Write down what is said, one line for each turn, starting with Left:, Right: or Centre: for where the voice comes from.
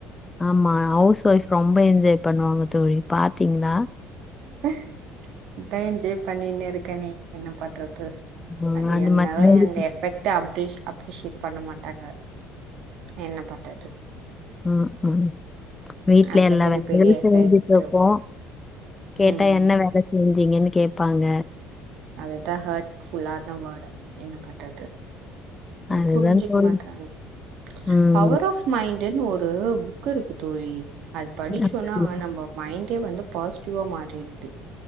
Left: ஆமா ஹவுஸ் ஒய்ஃப் ரொம்ப என்ஜாய் பண்ணுவாங்க தோழி பாத்தீங்னா
Right: அஹ் அதா என்ஜாய் பண்ணிணு இருக்கனே என்ன பண்றது
Left: ம்
Right: அ
Left: அது
Right: எல்லாரு
Left: மாதிரி
Right: அ்நத எஃபெக்ட அப்டிஸ் அப்ரிஷியேட் பண்ண மாட் ட்டாங்க என்ன பண்றது
Left: ஹம் ஹம் வீட்ல
Right: அதா
Left: எல்லா
Right: மிகப்பெரிய
Left: வேலயு
Right: எஃபெக்ட்
Left: செஞ்சுட்ருக்கோ கேட்டா
Right: ம்
Left: என்ன வேலை செஞ்சீங்கன்னு கேப்பாங்க
Right: அதுதா ஹட் <unintelligible> என்ன பண்றது ம்
Left: அதுதான்
Right: புரிஞ்சிக்க
Left: தோழி.
Right: மாட்றாங்க
Left: ம்.
Right: பவர் ஆஃப் மைண் ப்டின்னு ஒரு புக் இருக் க்கு தோழி அது படிச்சோன்னா
Left: அப்படியா?
Right: நம்ப மைண்ட் க்கே வந்து பாசிட்டிவா மாறிடுது